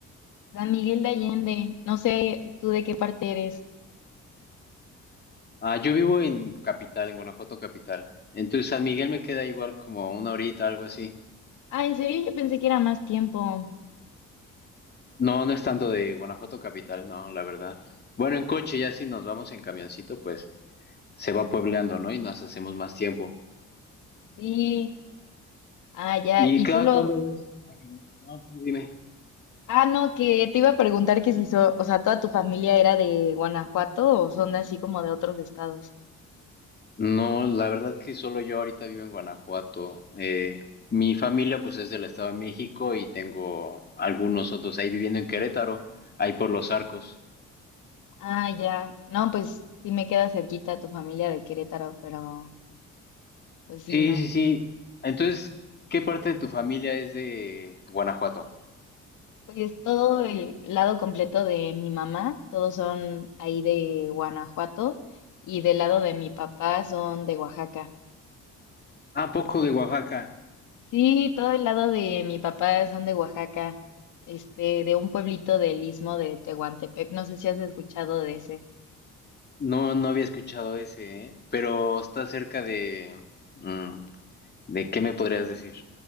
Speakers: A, on the left; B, on the left.
A: San Miguel de Allende, no sé tú de qué parte eres.
B: Ah, yo vivo en Capital, en Guanajuato Capital. Entonces San Miguel me queda igual como una horita, algo así.
A: Ah, ¿en serio? Yo pensé que era más tiempo.
B: No, no es tanto de Guanajuato Capital, no, la verdad. Bueno, en coche ya si nos vamos en camioncito, pues se va puebleando, ¿no? Y nos hacemos más tiempo.
A: Sí, ah, ya,
B: Y
A: y
B: cada
A: solo...
B: cuando ves a... Ah, perdón. No, tú dime.
A: Ah, no, que te iba a preguntar que si, so- o sea, toda tu familia era de Guanajuato o son de así como de otros estados.
B: No, la verdad que solo yo ahorita vivo en Guanajuato. Eh, mi familia pues es del Estado de México y tengo algunos otros ahí viviendo en Querétaro, ahí por los arcos.
A: Ah, ya. No, pues sí me queda cerquita tu familia de Querétaro, pero pues sí,
B: Sí,
A: no.
B: sí, sí. Entonces, ¿qué parte de tu familia es de Guanajuato?
A: Pues todo el lado completo de mi mamá, todos son ahí de Guanajuato y del lado de mi papá son de Oaxaca.
B: Ah, poco de Oaxaca.
A: Sí, todo el lado de mi papá son de Oaxaca, este, de un pueblito del istmo de Tehuantepec. No sé si has escuchado de ese.
B: No, no había escuchado ese, ¿eh? Pero está cerca de... mm, ¿de qué me podrías decir?